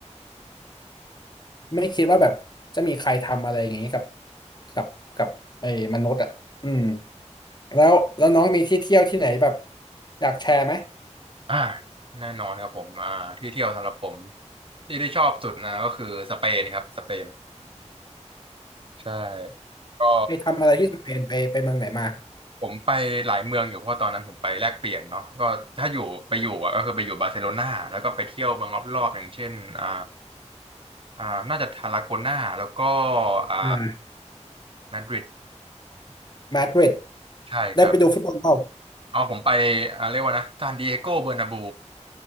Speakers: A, on the left; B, on the right.
A: ไม่คิดว่าแบบจะมีใครทำอะไรอย่างนี้กับกับกับไอ้มนุษย์อ่ะอืมแล้วแล้วน้องมีที่เที่ยวที่ไหนแบบอยากแชร์ไหม
B: อ่าแน่นอนครับผมอ่าที่เที่ยวสำหรับผมที่ที่ชอบสุดนะก็คือสเปนครับสเปน ใช่ก็
A: ไปทำอะไรที่สเปนไปไปเมืองไหนมา
B: ผมไปหลายเมืองอยู่เพราะตอนนั้นผมไปแลกเปลี่ยนเนาะก็ถ้าอยู่ไปอยู่อะก็คือไปอยู่บาร์เซโลนาแล้วก็ไปเที่ยวเมืองรอบๆอย่างเช่นอ่าอ่าน่าจะทาราโกนาแล้วก็อ่า
A: อ่า
B: มาดริด
A: มาดริด
B: ใช่ครับ
A: ได้ไปดูฟุตบอลเปล่า
B: เอผมไปอ่าเรียกว่านะซานดิเอโกเบอร์นาบู